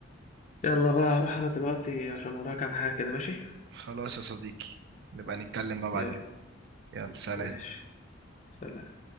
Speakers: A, on the left (about 35°); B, on the right (about 55°).
A: يلا بقى هروح انا دلوقتي عشان ورايا كام حاجة كده ماشي
B: خلاص يا صديقي نبقى نتكلم بقى بعدين
A: يلا
B: يلا سلام
A: ماشي سلام